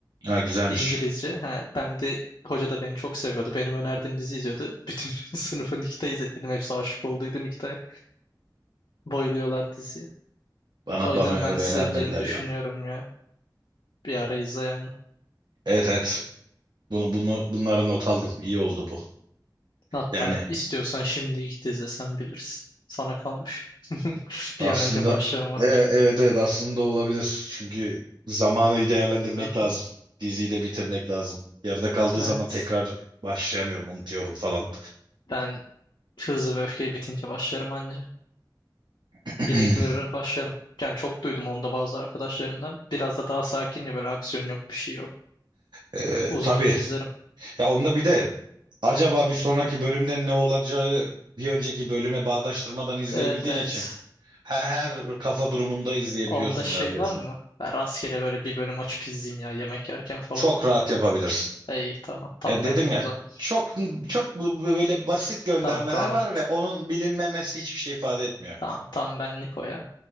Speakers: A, on the right; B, on the left.
A: Ha, güzelmiş.
B: İngilizce. Ha, ben de hoca da beni çok seviyordu. Benim önerdiğim dizi izliyordu. Bütün <laughs> sınıfı Nikita izlettim. Hepsi aşık olduydu Nikita'ya. Bayılıyorlar diziyi.
A: Bana
B: O yüzden
A: bana öyle
B: ben seveceğini
A: önermediler
B: düşünüyorum
A: ya.
B: ya. Bir ara izle yani.
A: Evet evet. Bunu bunu bunları not aldım. İyi oldu bu.
B: Hatta
A: Yani
B: istiyorsan şimdi git izle sen bilirsin. Sana kalmış. <laughs>
A: Aslında
B: Bir an önce başlama.
A: e, evet evet aslında olabilir. Çünkü zamanı iyi değerlendirmek
B: Hı
A: lazım.
B: hı.
A: Diziyi de bitirmek lazım. Yarıda kaldığı
B: Evet.
A: zaman tekrar başlayamıyorum, unutuyorum falan.
B: Ben Hızlı ve Öfkeli bitince başlarım anca.
A: <clears throat>
B: Black Mirror'a başlarım. Yani çok duydum onda bazı arkadaşlarımdan. Biraz da daha sakin ya böyle aksiyon yok bir şey yok.
A: E,
B: Uzanıp
A: tabii.
B: izlerim.
A: Ya onda bir de acaba bir sonraki bölümde ne olacağı bir önceki bölüme bağdaştırmadan izleyebildiğin
B: Evet evet.
A: için her, her kafa durumunda izleyebiliyorsun
B: Onda şey
A: neredeyse.
B: var mı? Ben rastgele böyle bir bölüm açıp izleyeyim ya yemek yerken falan.
A: Çok rahat yapabilirsin.
B: İyi tamam tam
A: Ya dedim
B: benlik
A: ya
B: o zaman.
A: çok çok böyle basit göndermeler
B: Tamam tamam.
A: var ve onun bilinmemesi hiçbir şey ifade etmiyor.
B: Tam, tam benlik o ya.